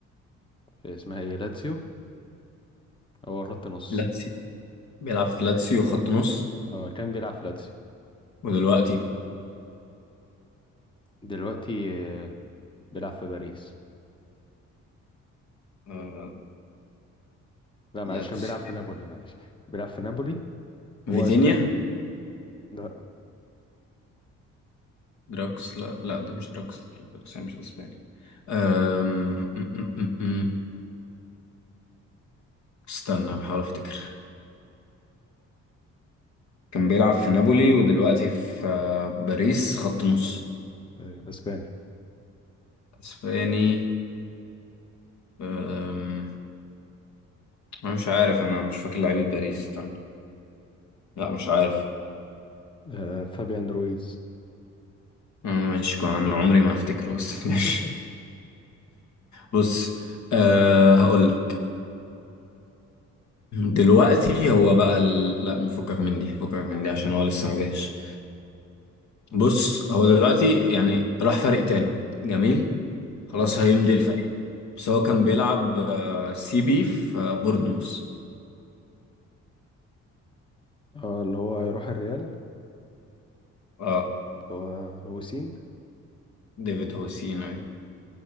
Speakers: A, on the left (about 15°); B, on the left (about 70°).
A: آه، اسمها ايه لاتسيو هو خط نص
B: لاتسي بيلعب في لاتسيو خط نص
A: هو كان بيلعب في لاتسيو
B: ودلوقتي
A: دلوقتي آه، بيلعب في باريس
B: آه
A: لا معلش
B: لاتسي
A: كان بيلعب في نابولي معلش بيلعب في نابولي هو
B: فيتينيا
A: اسباني لا
B: دراكس لا لا ده مش دراكس دراكس مش اسباني أم... أم، أم، أم. استنى بحاول افتكر كان بيلعب في نابولي ودلوقتي في آه، باريس خط نص
A: ايوه اسباني
B: اسباني أم... انا مش عارف انا مش فاكر لعيبه باريس استنى لا مش عارف
A: آه فابيان رويز
B: أنا مش كان عمري ما هفتكره بس
A: <laughs>
B: <laughs> مش بص أه هقول لك دلوقتي هو بقى ال... لا فكك من دي فكك من دي عشان هو لسه ما جاش بص هو دلوقتي يعني راح فريق تاني جميل خلاص
A: تمام
B: هيمضي الفريق بس هو كان بيلعب آه، سي بي في آه، بورنموث
A: اه اللي هو هيروح الريال
B: اه
A: اللي هو هوسين
B: ديفيد هوسين اهي